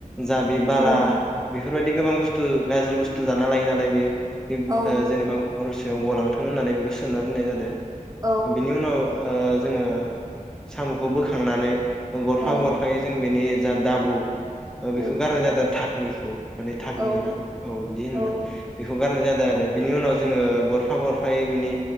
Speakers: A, in the centre; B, on the right.
A: जाबि बाला
B: औ
A: बेफोरबायदि गोबां बुस्थु गाज्रि बुस्थु जाना लायो नालाय बियो।
B: औ
A: जेनेबा हरसे बेआव गलांथों होननानै बिखौ सो सोमना दोननाय जादो
B: औ
A: बिनि उनाव ओ जोङो सामुखौ बोखांनानै गरफा
B: औ
A: गरफायै जों बिनि जा दाबु ओ बेखौ
B: उम
A: गारनाय जादों धा निखौ माने धाकनि
B: औ
A: ना औ बिदि होनोना
B: औ
A: हुगारनाय जादो आरो बिनि उनाव जोङो गफा गरफायै बिनि